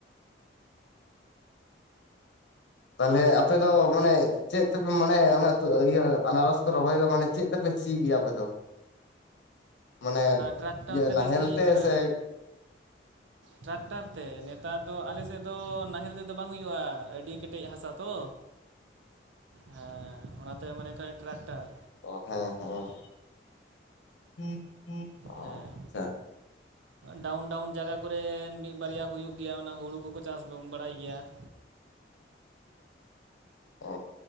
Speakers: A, on the left; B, on the right.
A: ᱛᱟᱞᱦᱮ ᱟᱯᱮ ᱫᱚ ᱢᱟᱱᱮ ᱪᱮᱫ ᱛᱮᱯᱮ ᱢᱟᱱᱮ ᱤᱭᱟᱹ ᱟᱱᱟᱨᱚᱥ ᱯᱮ ᱨᱚᱦᱚᱭ ᱮᱫᱟ ᱢᱟᱱᱮ ᱪᱮᱫ ᱛᱮᱯᱮ ᱥᱤ ᱜᱮᱭᱟ ᱟᱯᱮ ᱫᱚ? ᱢᱟᱱᱮ
B: ᱴᱨᱟᱠᱴᱟᱨ
A: ᱤᱭᱟᱹ
B: ᱛᱮᱞᱮ
A: ᱱᱟᱦᱮᱞ
B: ᱥᱤ
A: ᱛᱮ
B: ᱮᱫ ᱠᱟᱱᱟ᱾
A: ᱥᱮ
B: ᱴᱨᱟᱠᱴᱟᱨ ᱛᱮ ᱱᱮᱛᱟᱨ ᱫᱚ ᱟᱞᱮ ᱥᱮᱫ ᱫᱚ ᱱᱟᱦᱮᱞ ᱛᱮᱫᱚ ᱵᱟᱝ ᱦᱩᱭᱩᱜᱼᱟ ᱟᱹᱰᱤ ᱠᱮᱴᱮᱡ ᱦᱟᱥᱟ ᱛᱚ ᱦᱮᱸ ᱚᱱᱟᱛᱮ ᱢᱟᱱᱮ ᱠᱟᱭᱛᱮ ᱴᱨᱟᱠᱴᱟᱨ
A: ᱚ <unintelligible> <inaudible>
B: ᱦᱮᱸ
A: ᱟᱪᱪᱷᱟ
B: ᱰᱟᱣᱩᱱ ᱰᱟᱣᱩᱱ ᱡᱟᱭᱜᱟ ᱠᱚᱨᱮ ᱢᱤᱫ ᱵᱟᱨᱭᱟ ᱦᱩᱭᱩᱜ ᱜᱮᱭᱟ ᱚᱱᱟ ᱦᱩᱲᱩ ᱠᱚᱠᱚ ᱪᱟᱥ ᱫᱚᱢ ᱵᱟᱲᱟᱭ ᱜᱮᱭᱟ ᱾
A: ᱚ